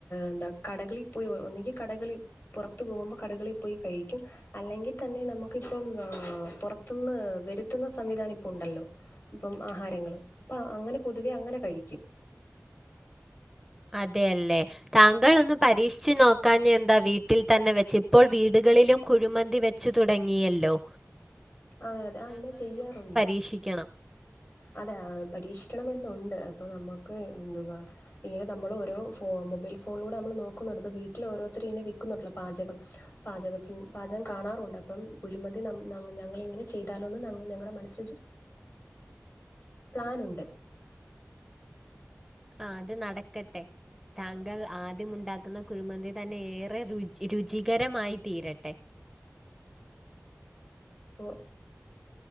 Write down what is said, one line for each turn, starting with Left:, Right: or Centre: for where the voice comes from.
Left: എന്താ കടകളിൽ പോയി ഒന്നെങ്കിൽ കടകളിൽ പുറത്തു പോകുമ്പോൾ കടകളിൽ പോയി കഴിക്കും അല്ലെങ്കിൽ തന്നെ നമുക്കിപ്പം പുറത്തുന്ന് വരുത്തുന്ന സംവിധാനം ഇപ്പ ഉണ്ടല്ലോ... ഇപ്പം ആഹാരങ്ങള്.. അപ്പൊ അങ്ങനെ പൊതുവെ അങ്ങനെ കഴിക്കും
Centre: അതെല്ലേ താങ്കൾ ഒന്ന് പരീക്ഷിച്ചു നോക്കഞ്ഞെ എന്താ വീട്ടിൽ തന്നെ വെച്ച്.. ഇപ്പോൾ വീടുകളിലും കുഴിമന്തി വെ ച്ചു തുടങ്ങിയല്ലോ..
Left: അതെ അതെ അങ്ങനെ ചെയ്യാറുണ്ട്
Centre: രീക്ഷിക്കണം
Left: അതെ പരീക്ഷിക്കണമെന്നുണ്ട്. അപ്പൊ നമുക്ക് എന്തുവാ.. ഇങ്ങനെ നമ്മൾ ഓരോ ഫോ മൊബൈൽ ഫോണിലൂടെ നമ്മൾ നോക്കുന്നുണ്ട്.. അപ്പൊ വീട്ടില് ഓരോരുത്തർ ഇങ്ങനെ വിക്കുന്നുണ്ടല്ലോ പാചകം പാചകത്തി പാചകം കാണാറുണ്ട്.. അപ്പം കുഴിമന്തി നമ്മ.. ഞങ്ങളിങ്ങനെ ചെയ്താലോന്ന് ഞങ്ങളുടെ മനസ്സിലൊരു പ്ലാനുണ്ട്
Centre: ആ അത് നടക്കട്ടെ താങ്കൾ ആദ്യം ഉണ്ടാക്കുന്ന കുഴിമന്തി തന്നെ ഏറെ രുചി രുചികരമായി തീരട്ടെ
Left: പൊ